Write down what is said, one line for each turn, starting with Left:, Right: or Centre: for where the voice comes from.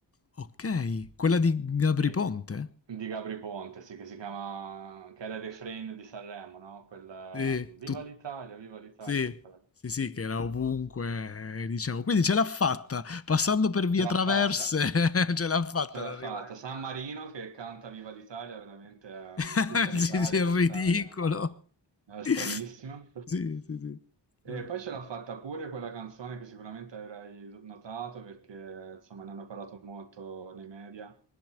Left: ok. Quella di Gabri
Right: che-
Left: Ponte?
Right: di Gabri Ponte, sì, che si chiama, che era il refrain di Sanremo, no? Quella,
Left: Sì,
Right: Viva
Left: tu-
Right: l'Italia, viva l'Italia,
Left: sì,
Right: quella-
Left: sì, sì, che era ovunque, eh, diciamo. Quindi ce l'ha fatta, passando per vie
Right: ce l'ha
Left: traverse,
Right: fatta.
Left: <laughs> ce l'ha fatta
Right: Ce
Left: ad
Right: l'ha
Left: arrivare
Right: fatta.
Left: in
Right: San
Left: finale.
Right: Marino che canta Viva l'Italia, veramente ehm,
Left: <laughs>
Right: tutta l'Italia,
Left: Sì, sì, è
Right: Viva l'Italia,
Left: ridicolo.
Right: è una roba una roba
Left: <laughs>
Right: stranissima.
Left: Sì, sì, sì.
Right: E
Left: No.
Right: poi ce l'ha fatta pure quella canzone che sicuramente avrai notato perché insomma ne hanno parlato molto nei media,